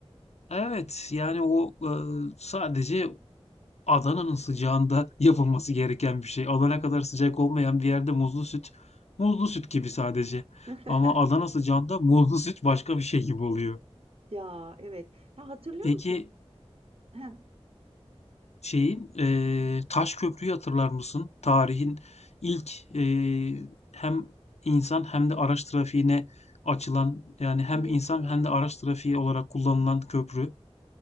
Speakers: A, on the left (about 80°); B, on the right (about 60°).
A: evet yani o e, sadece Adana'nın sıcağında <laughs> yapılması gereken bir şey. Adana kadar sıcak olmayan bir yerde muzlu süt muzlu süt gibi sadece.
B: <laughs>
A: Ama Adana sıcağında muzlu süt başka bir şey gibi oluyor.
B: Ya evet. Ya hatırlıyor
A: Peki
B: musun? Heh,
A: Şeyi, eee, Taş Köprü'yü hatırlar mısın? Tarihin ilk, eee, hem insan hem de araç trafiğine açılan, yani hem
B: evet
A: insan
B: ya.
A: hem de araç trafiği olarak kullanılan köprü.